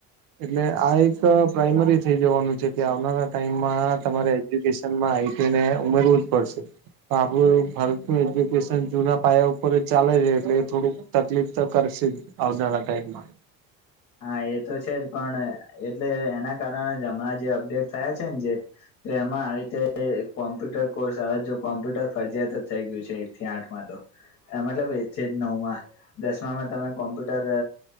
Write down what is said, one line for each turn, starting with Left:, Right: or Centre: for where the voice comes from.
Right: એટલે આ એક પ્રાઈમરી થઈ જવાનું છે કે આવનારા ટાઈમમાં તમારે એજ્યુકેશનમાં આઈટીને ઉમેરવું જ પડશે. આપણું ભારતનું એજ્યુકેશન જૂના પાયા ઉપર જ ચાલે છે એટલે એ થોડુંક તકલીફ તો કરશે જ આવનારા ટાઈમમાં.
Left: હા, એ તો છે જ પણ એટલે એના કારણે હમણાં જે અપડેટ થયા છે ને જે તો એમાં આવી રીતે કોમ્પ્યુટર કોર્સ આવે જો કોમ્પ્યુટર ફરજિયાત થઈ ગયું છે એકથી આઠમાં તો. એ મતલબ એ છે જ નવમાં દસમામાં તમે કોમ્પ્યુટર